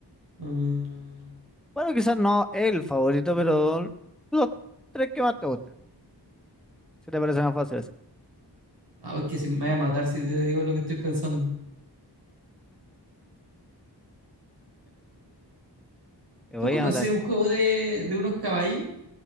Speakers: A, on the right; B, in the centre.
A: Mm,
B: Bueno, quizás no el favorito, pero los tres que más te gustan. Si te parece más fácil así.
A: ah, es que si me voy a matar si te digo lo que estoy pensando.
B: Te
A: ¿Tú
B: voy
A: conoces
B: a matar.
A: un juego de, de unos caballos?